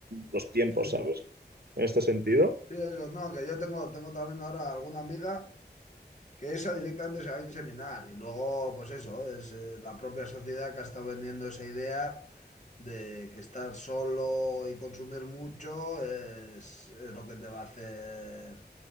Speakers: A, on the right; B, on the left.
A: los tiempos,
B: sí,
A: ¿sabes?
B: sí,
A: En este
B: sí,
A: sentido.
B: Sí, eso, no, que yo tengo, tengo también ahora alguna amiga. que esa directamente se va a inseminar. Y luego, pues eso, es eh, la propia sociedad que ha estado vendiendo esa idea de que estar solo y consumir mucho es, es lo que te va a hacer